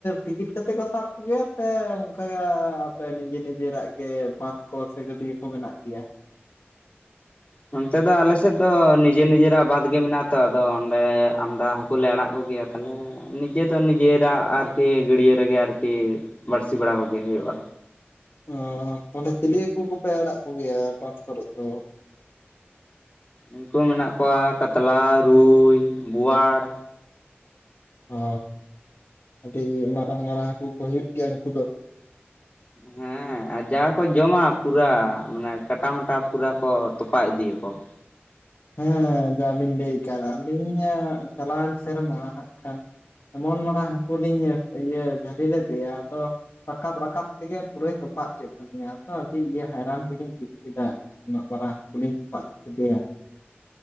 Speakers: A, on the left; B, on the left.
A: ᱴᱤᱠᱤᱴ ᱠᱟ ᱠᱟᱛᱮᱫ ᱠᱚ ᱥᱟᱵ ᱠᱚᱜᱮᱭᱟ ᱥᱮ ᱚᱱᱠᱟ ᱱᱤᱡᱮ ᱱᱤᱡᱮ ᱨᱟᱜ ᱜᱮ ᱵᱟᱸᱫᱷ ᱠᱚ ᱥᱮ ᱜᱟᱹᱰᱭᱟᱹ ᱠᱚ ᱢᱮᱱᱟᱜ ᱜᱮᱭᱟ?
B: ᱱᱚᱱᱛᱮ ᱫᱚ ᱟᱞᱮᱥᱮᱫ ᱫᱚ ᱱᱤᱡᱮᱨ ᱱᱤᱡᱮᱨᱟᱜ ᱵᱟᱸᱫᱷ ᱜᱮ ᱢᱮᱱᱟᱜ ᱛᱚ, ᱟᱫᱚ ᱚᱸᱰᱮ ᱟᱢᱫᱟ ᱦᱟ ᱠᱩ ᱞᱮ ᱟᱲᱟᱜ ᱠᱚᱜᱮᱭᱟ ᱛᱟᱦᱚᱞᱮ ᱱᱤᱡᱮ ᱫᱚ ᱱᱤᱡᱮᱨᱟᱜ ᱟᱨᱠᱤ ᱜᱟᱹᱰᱭᱟᱹ ᱨᱮᱜᱮ ᱟᱨᱠᱤ ᱵᱟᱹᱲᱥᱤ ᱵᱟᱲᱟ ᱠᱚᱜᱮ ᱦᱩᱭᱩᱜᱼᱟ᱾
A: ᱚ ᱛᱟᱦᱚᱞᱮ ᱪᱤᱞᱤ ᱦᱟᱹᱠᱩ ᱠᱚᱯᱮ ᱟᱲᱟᱜ ᱠᱚᱜᱮᱭᱟ ᱵᱟᱸᱫᱷ ᱠᱚᱨᱮ ᱠᱚ?
B: ᱩᱱᱠᱩ ᱢᱮᱱᱟᱜ ᱠᱚᱣᱟ ᱠᱟᱛᱞᱟ ᱨᱩᱭ ᱵᱳᱣᱟᱲ
A: ᱚ ᱟᱹᱰᱤ ᱢᱟᱨᱟᱝ, ᱢᱟᱨᱟᱝᱹ ᱦᱟᱠᱩ ᱠᱚ ᱦᱩᱭᱩᱜᱹ ᱜᱮᱭᱟ, ᱩᱱᱠᱩ ᱫᱚ
B: ᱦᱮᱸ ᱾ ᱟᱨ ᱡᱟ ᱠᱚ ᱡᱚᱢᱟ ᱯᱩᱨᱟ ᱢᱟᱱᱮ ᱠᱟᱴᱟ ᱢᱟᱴᱟ ᱯᱩᱨᱟ ᱠᱚ ᱛᱚᱯᱟ ᱤᱫᱤᱭᱟ ᱠᱚ ᱾
A: ᱦᱮᱸ ᱡᱟ ᱵᱤᱱ ᱞᱟᱹᱭ ᱟᱠᱟᱫ, ᱟᱹᱞᱤᱧ ᱪᱟᱞᱟᱣ ᱮᱱ ᱥᱮᱨᱢᱟ ᱦᱟᱸᱜ ᱠᱷᱟᱱ ᱮᱢᱚᱱ ᱢᱟᱨᱟᱝ ᱦᱟᱠᱩ ᱞᱤᱧ ᱤᱭᱟᱹ ᱡᱷᱟᱹᱞᱤ ᱞᱮᱫᱮᱭᱟ ᱟᱫᱚ ᱨᱟᱠᱟᱵ, ᱨᱟᱠᱟᱵ ᱛᱮᱸᱜᱮ ᱯᱩᱨᱟᱹᱭ ᱛᱚᱯᱟᱜ ᱠᱮᱫ ᱛᱟᱹᱞᱤᱤᱧᱟ, ᱟᱫᱚ ᱟᱹᱰᱤ ᱤᱭᱟᱹ ᱦᱟᱭᱨᱟᱱ ᱜᱮᱞᱤᱧ ᱵᱩᱡ ᱠᱮᱫᱟ ᱾ ᱩᱱᱟᱜ ᱯᱟᱛᱟ ᱦᱟᱠᱩ ᱞᱤᱧ ᱛᱚᱯᱟᱜ ᱦᱚᱪᱚ ᱠᱮᱫᱮᱭᱟ